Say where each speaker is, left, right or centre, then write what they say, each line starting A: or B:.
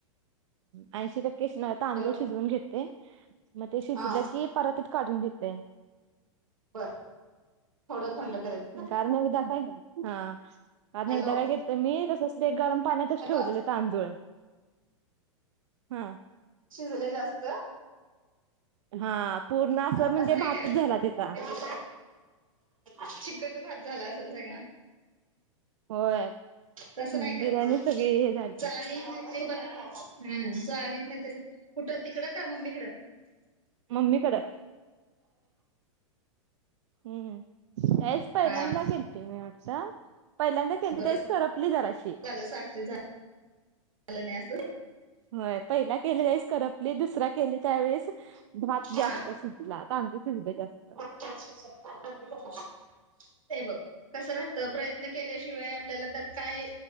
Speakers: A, on the right; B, on the right.
A: ऐंशी टक्के स तांदूळ
B: हॅलो
A: शिजवून घेते. मग ते शिजलं
B: हा
A: की परातीत काढून घेते.
B: बर थोडं थंड कराय
A: कारणी उद्या काय नाही, हा. कारण
B: हॅलो
A: एकदा काय केलतं मी तसं ते गरम पाण्यातचं
B: हे
A: ठेवलेलं
B: बघ
A: तांदूळ. हा.
B: शिजले जास्त?
A: हा पूर्ण असं म्हणजे
B: तसं नाही
A: भातचं
B: ठेवायचं.
A: झाला तिचा.
B: <unintelligible> चिकट भात झाला असंल सगळा?
A: होय
B: तसं नाही करायचं
A: बिर्याणी सगळी हे झाली
B: चाळनीत नाही ई पर्यंत, हम्म चाळणीत नाहीतरी कुठं तिकडं का मम्मीकडं?
A: मम्मीकडं हम्म. त्या वेळीस पहिल्यांदा
B: हा
A: केलती मी वाटतं, पहिल्यांदा केलती
B: बरं
A: त्यावेळेस करपली जराशी.
B: झालं सासरी झा झालं नाही असं.
A: होय पहिला केले राईस करपले दुसरा केले त्यावेळेस भात
B: हा
A: जास्त शिजला, तांदूळ शिजले जास्त.
B: <unintelligible> हे बघ कस राहत प्रयत्न केल्याशिवाय आपल्याला त्यात काय